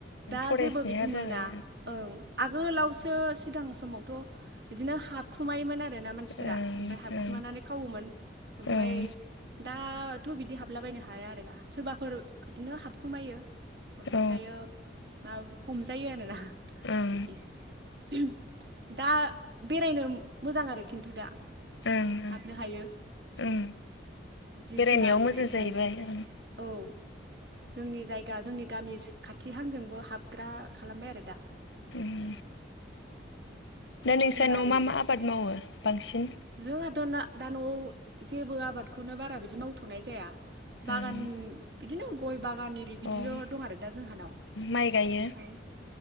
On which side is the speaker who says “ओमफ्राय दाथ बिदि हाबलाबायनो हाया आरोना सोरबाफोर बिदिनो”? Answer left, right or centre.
Right